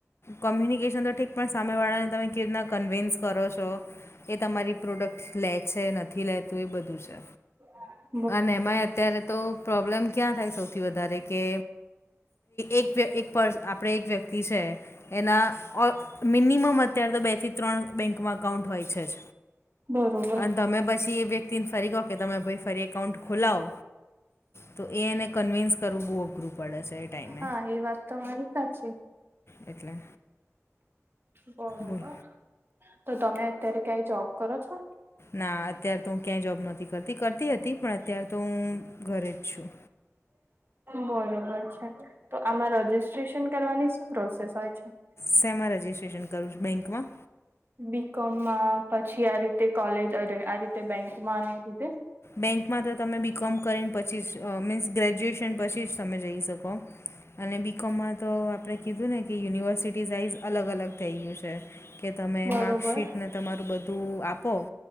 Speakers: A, on the left (about 55°); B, on the right (about 45°).
A: કોમ્યુનિકેશન તો ઠીક પણ સામેવાળાને તમે કેવી રીતના કન્વિન્સ કરો છો એ તમારી પ્રોડક્ટ લે છે નથી લેતું એ બધું છે.
B: <inaudible>
A: અને એમાંય અત્યારે તો પ્રોબ્લેમ ક્યાં થાય સૌથી વધારે કે એક એક પસ આપણે એક વ્યક્તિ છે એના <unintelligible> મિનિમમ અત્યારે તો બે થી ત્રણ બેંકમાં એકાઉન્ટ હોય છે જ
B: બરોબર
A: અને તમે પછી એ વ્યક્તિને ફરી કહો કે તમે ભાઈ ફરી એકાઉન્ટ ખોલાવ તો એ એને કન્વિન્સ કરવું બહુ અઘરું પડે છે એ ટાઈમે.
B: હાએ વાત તમારી મારી સાચી.
A: એટલે
B: બરોબર
A: બોલ
B: તો તમે અત્યારે ક્યાંય જોબ કરો છો.
A: ના અત્યારે તો હું ક્યાંય જોબ નથી કરતી કરતી હતી પણ અત્યારે તો હું ઘરે જ છું.
B: બરોબર છે તો આમાં રજીિસ્ટ્રેશન કરવાની શું પ્રોસેસ હોય છે.
A: સેમા રજીસ્ટ્રેશન કરું છું બેંકમાં.
B: બી કોમમાં પછી આ રીતે કોલેજ અરે આ રીતે બેંકમાં અને એ રીતે.
A: બેંકમાં તો તમે બી કોમ કરીને પછી જ મીન્સ ગ્રેજ્યુએશન પછી જ તમે જઈ શકો. અને બી કોમમાં તો આપણે કીધું ને કે યુનિવર્સિટી વાઇઝ અલગ અલગ થઈ ગયું છે કે તમે
B: બરોબર
A: માર્કશીટને તમારું બ ધૂ આપો